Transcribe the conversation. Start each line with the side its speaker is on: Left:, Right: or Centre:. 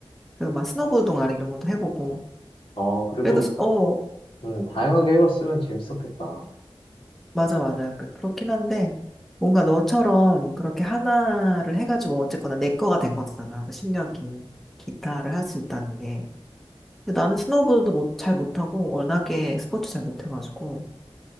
Centre: 그 막 스노보드 동아리 이런 것도 해보고.
Left: 어, 그래도
Centre: 그래도 스-
Left: 다,
Centre: 어
Left: 음, 다양하게 해봤으면 재밌었겠다.
Centre: 맞아 맞아 그, 그렇긴 한데 뭔가 너처럼 그렇게 하나를 해가지고 어쨌거나 내 거가 된 거잖아. 그1이년긴 기타를 할 수 있다는 게. 근데 나는 스노보드도 못, 잘 못하고 워낙에 스포츠 잘 못해가지고